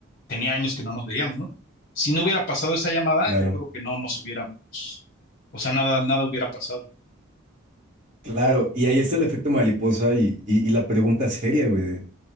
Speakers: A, on the left; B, on the right.
A: Tenía años que no nos veíamos, ¿no? Si no hubiera pasado esa llamada,
B: Claro,
A: yo creo que no nos hubiéramos, o sea, nada, nada hubiera pasado.
B: claro. Y ahí está el efecto mariposa y, y- y la pregunta seria, güey. de,